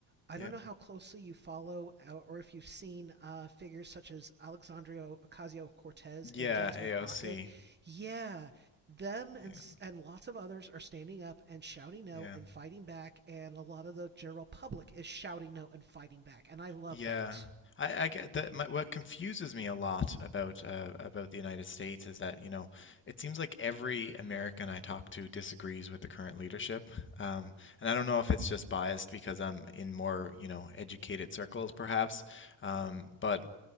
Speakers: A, on the right; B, on the left.
A: I
B: Yep.
A: don't know how closely you follow uh, or if you've seen uh, figures such as Alexandria Ocasio Cortez and
B: Yeah.
A: Jasmine
B: AOC.
A: Crockett. Yeah, them and
B: Yeah.
A: and lots of others are standing up and shouting no
B: Yeah.
A: and fighting back, and a lot of the general public is shouting no and fighting back, and I love
B: Yeah,
A: that.
B: I, I get that. My, what confuses me a lot about uh, about the United States is that, you know, it seems like every American I talk to disagrees with the current leadership. Um, and I don't know if it's just biased because I'm in more, you know, educated circles, perhaps. Um, but